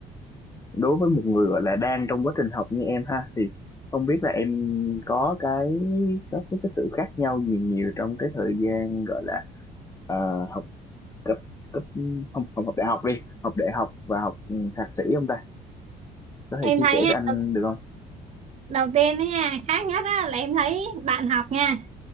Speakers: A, on the left; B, on the right.
A: đối với một người gọi là đang trong quá trình học như em ha thì không biết là em có cái có cái, cái sự khác nhau gì nhiều trong cái thời gian gọi là ờ, học cấp cấp không không học đại học đi học đại học và học ừ, thạc sĩ không ta có
B: em
A: thể chia
B: thấy
A: sẻ
B: nha,
A: với anh
B: đầu,
A: được không
B: đầu tiên đó nha khác nhất á là em thấy bạn học nha